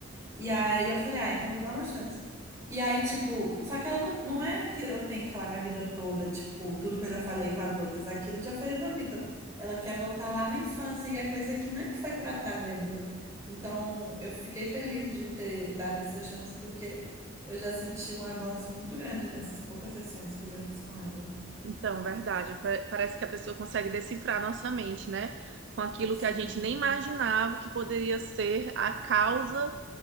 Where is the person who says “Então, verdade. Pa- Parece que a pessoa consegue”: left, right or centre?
Right